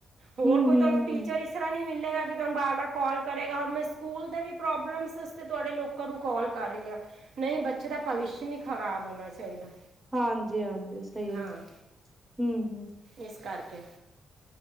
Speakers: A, on the right; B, on the right.
A: ਹੋਰ
B: ਹੂੰ
A: ਕੋਈ
B: ਹੂੰ
A: ਤੋਂਨੂੰ ਟੀਚਰ
B: ਹੂੰ
A: ਇਸ ਤਰ੍ਹਾਂ ਨੀ ਮਿਲ ਮਿਲੇਗਾ ਕਿ ਤੁਹਾਨੂੰ ਵਾਰ-ਵਾਰ ਕੋਲ ਕਰੇਗਾ। ਹੁਨ ਮੈਂ ਸਕੂਲ ਦੇ ਵੀ ਪ੍ਰੋਬਲਮਸ ਅਸਤੇ ਤੁਹਾਡੇ ਲੋਕਾਂ ਨੂੰ ਕੋਲ ਕਰ ਰਹੀ ਹਾਂ। ਨਹੀਂ, ਬੱਚੇ ਦਾ ਭਵਿੱਸ਼ ਨਹੀਂ ਖ਼ਰਾਬ ਹੋਣਾ ਚਾਹੀਦਾ।
B: ਹਾਂਜੀ ਹਾਂਜੀ। ਸਹੀ,
A: ਹਾਂ
B: ਹਮ ਹਮ।
A: ਇਸ ਕਰਕੇ